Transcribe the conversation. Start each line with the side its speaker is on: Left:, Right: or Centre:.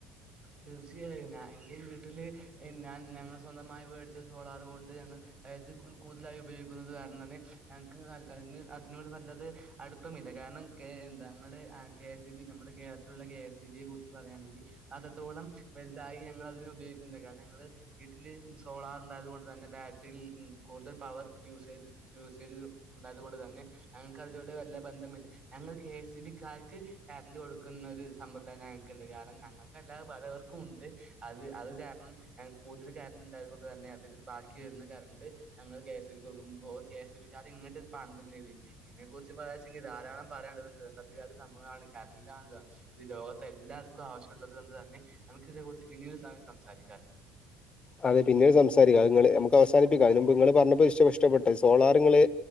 Right: തീർച്ചയായും ഞാ എൻ്റെ വീട്ടിൽ ഞാൻ ഞങ്ങൾ സ്വന്തമായി മേടിച്ച സോളാർ കൊണ്ട് ഞങ്ങ അതായത് കൂടുതലായി ഉപയോഗിക്കുന്നത് കാരണം തന്നെ ഞങ്ങൾക്ക് അതിന് അതിനുവേണ്ട നല്ലത് അടുപ്പമില്ല കാരണം ക എന്താ കെ എ സി ബി നമ്മുടെ കേരത്തിലുള്ള കെ എസ് സി ബിയെ കുറിച്ച് പറയാണെങ്കി. അത്രത്തോളം വലുതായി ഞങ്ങൾ അതിനെ ഉപയോഗിക്കുന്ന കാരണം ഞങ്ങള്. വീട്ടില് സോളാർ ഉണ്ടായത് കൊണ്ട് തന്നെ ബാറ്ററിൽ കൂടുതൽ പവർ യൂസേജ് <unintelligible> ഉണ്ടായത് കൊണ്ട് തന്നെ അങ്ങന ഞങ്ങക് അതിനോട് വല്ല ബന്ധമില്ല. ഞങ്ങൾ കെ എസ് ഇ ബിക്കാർക്ക് കറണ്ട്റ് കൊടുക്കുന്ന ഒരു സമ്പ്രദായം ഞങ്ങക്കുണ്ട് കാരണം ഞങ്ങ ക്കല്ലാതെ പലവർക്കും ഉണ്ട്. അത് അത് കാരണം ഞങ്ങക് കൂതൽ കരണ്ട് ഉണ്ടായത് കൊണ്ട് തന്നെ അതില് ബാക്കി വരുന്ന കരണ്ട്. ഞങ്ങൾ കെ എസ് ഇ ബിക്ക് കൊടുക്കുമ്പോ കെ എസ് ഇ ബി ക്കാര് ഇങ്ങട്ട് പണം തെരുന്ന രീതിയിൽ ഇതിനെക്കുറിച്ച് പറയാച്ചെങ്കിൽ ധാരാളം പറയാണ്ടത് ഇതൊന്നും തീർഥത്തിരാത്ത സംഭവങ്ങളാണ് കറന്റാണല്ലോ. ഇത് ലോകത്തെ എല്ലാർക്കും ആവശ്യമുള്ളത് കൊണ്ട് തന്നെ നമുക്ക് ഇതിനെ കുറിച്ച് പിന്നീട് സമയം സംസാരിക്കാം അല്ലേ.
Left: അതെ പിന്നീട് സംസാരിക്കാം ഇങ്ങള് നമക്ക് അവാനിപ്പിക്കാം അതിനു മുമ്പ് ഇങ്ങള് പറഞ്ഞപ്പോ ഇഷ്ട ഇഷ്ടപ്പെട്ട സോളാറ് ഇങ്ങള്.